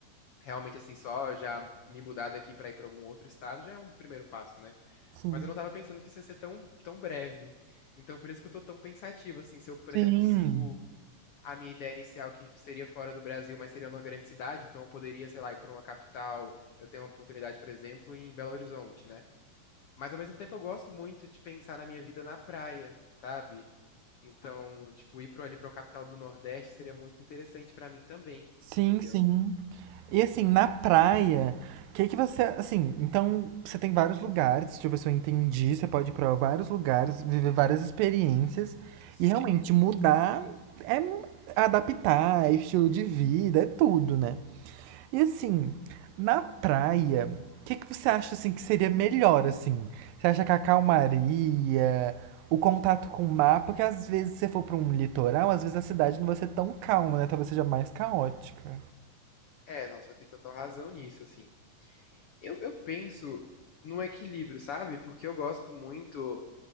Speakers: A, on the left; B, on the right.
A: realmente assim, só já me mudar daqui pra ir pra algum outro estado já é um primeiro passo, né?
B: sim.
A: Mas eu não tava pensando que isso ia ser tão, tão breve. Então, por isso que eu tô tão pensativo, assim, se eu, por
B: Sim,
A: exemplo, sigo a minha ideia inicial que seria fora do Brasil, mas seria numa grande cidade, então eu poderia, sei lá, ir pra uma capital, eu tenho uma oportunidade, por exemplo, em Belo Horizonte, né? Mas ao mesmo tempo eu gosto muito de pensar na minha vida na praia. Sabe? Então, tipo, ir pra, ali pra uma capital do Nordeste seria muito interessante pra mim também,
B: sim,
A: entendeu?
B: sim. E assim, na praia, o que que você, assim, então você tem vários lugares, deixa eu ver se eu entendi, você pode ir pra vários lugares, viver várias experiências
A: Sim.
B: e realmente mudar é adaptar, é estilo de vida, é tudo, né? E assim, na praia, o que que você acha assim que seria melhor assim? Você acha que a calmaria, o contato com o mar, porque às vezes se você for para um litoral, às vezes a cidade não vai ser tão calma, né? Talvez seja mais caótica.
A: É, não, você tem total razão nisso, assim. Eu, eu penso num equilíbrio, sabe? Porque eu gosto muito.